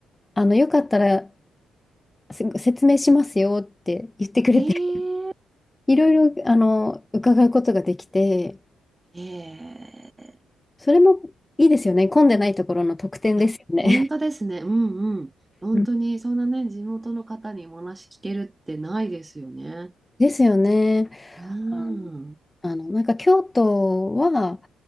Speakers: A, on the left; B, on the right.
A: あの、よかったらせ説明しますよって言ってくれて、
B: え
A: <laughs>
B: え、
A: いろいろ、あの、伺うことができて、
B: ええ。
A: それもいいですよね。混んでないところの特典ですよね。
B: いや、本当ですね。うんうん。本当に、
A: <laughs> うん
B: そんなね、地元の方にお話聞けるってないですよね。
A: ですよね。
B: うん。
A: ああの、なんか京都は、